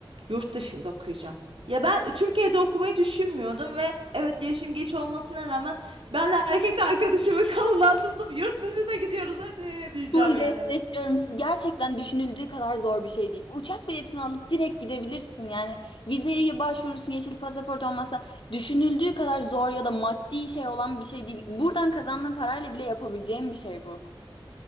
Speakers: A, on the right; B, on the left.
A: Yurt dışında okuyacağım. Ya ben Türkiye'de okumayı düşünmüyordum ve evet yaşım geç olmasına rağmen ben de erkek arkadaşımı <laughs> kolundan tutup yurt dışına gidiyoruz hadi diyeceğim
B: Full
A: yani.
B: destekliyorum. Siz gerçekten düşünüldüğü kadar zor bir şey değil. Uçak biletini alıp direkt gidebilirsin. Yani vizeye başvurursun, yeşil pasaport olmasa düşünüldüğü kadar zor ya da maddi şey olan bir şey değil. Buradan kazandığın parayla bile yapabileceğin bir şey bu.